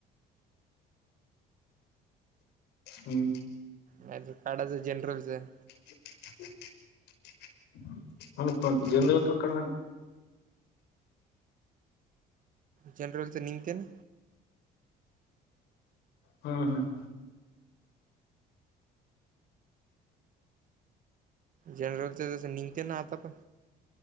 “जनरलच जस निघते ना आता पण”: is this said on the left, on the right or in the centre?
Right